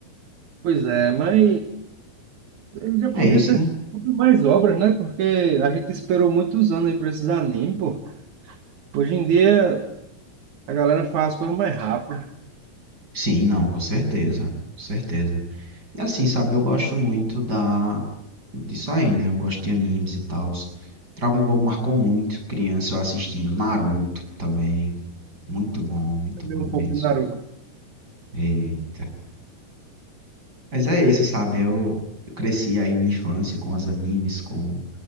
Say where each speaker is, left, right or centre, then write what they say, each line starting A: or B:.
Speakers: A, on the right; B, on the right.
A: Pois é, mas ele já
B: É
A: podia
B: isso,
A: ter
B: né?
A: feito mais obras, né? Porque a gente esperou muitos anos aí para esses animes, pô. Hoje em dia a galera faz as coisas mais rápido.
B: Sim, não, com certeza, com certeza. E assim, sabe, eu gosto muito da disso aí, né? Eu gosto de animes e tal. Dragon Ball me marcou muito, criança eu assistindo Naruto também, muito bom, muito
A: Também
B: bom
A: Um
B: mesmo.
A: pouco do Naruto.
B: E- Mas é isso, sabe? Eu, eu cresci aí minha infância com os animes, com